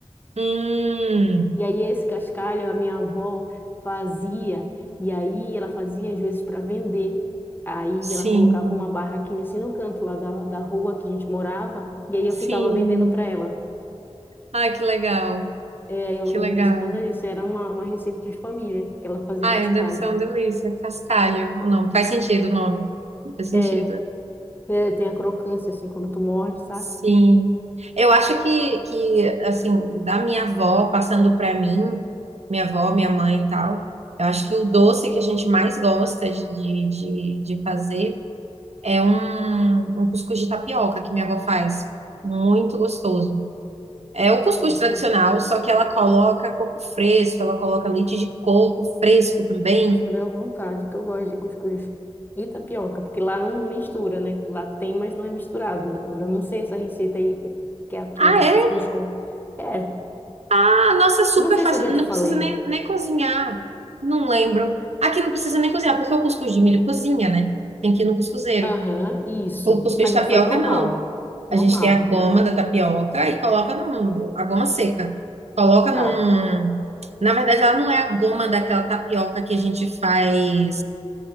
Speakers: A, on the right; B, on the left.
A: hum.
B: E aí esse cascalho a minha avó fazia. E aí ela fazia às vezes para vender. Aí
A: Sim,
B: ela colocava uma barraquinha assim no canto lá da, da rua que a gente morava, e aí eu
A: sim.
B: ficava vendendo para ela.
A: Ai, que legal,
B: É, aí eu
A: que
B: lembro
A: legal.
B: disso por causa disso. Era uma, uma receita de família, que ela fazia
A: Ai,
B: cascalho.
A: deve ser uma delícia. Cascalho, o nome. Faz sentido o nome. Faz sentido.
B: É, é, tem a crocância, assim, quando tu morde, sabe?
A: Sim. Eu acho que, que assim, da minha avó passando para mim, minha avó, minha mãe e tal, eu acho que o doce que a gente mais gosta de, de, de de fazer é um, um cuscuz de tapioca que minha avó faz. Muito gostoso. É o cuscuz
B: Cuscuz.
A: tradicional,
B: tapioca.
A: só que ela coloca coco fresco, ela coloca leite de coco fresco também.
B: Nossa, me deu vontade, que eu gosto de cuscuz. E tapioca, porque lá não mistura, né? Lá tem, mas não é misturado. Eu não sei essa receita aí, que que é a tua
A: Ah,
B: de cuscuz
A: é
B: com... É,
A: Ah, nossa é super
B: eu não sei
A: fácil,
B: se eu já te
A: não
B: falei.
A: precisa nem, nem cozinhar. Não lembro. Aqui não precisa nem cozinhar, porque o cuscuz de milho cozinha, né? Tem que ir no cuscuzeiro.
B: Aham, isso.
A: O cuscuz
B: A gente
A: de tapioca,
B: faz normal.
A: não.
B: Normal.
A: A gente tem a goma
B: aí.
A: da tapioca e coloca num, a goma seca. Coloca num.
B: Tá.
A: Na verdade, ela não é a goma daquela tapioca que a gente faz.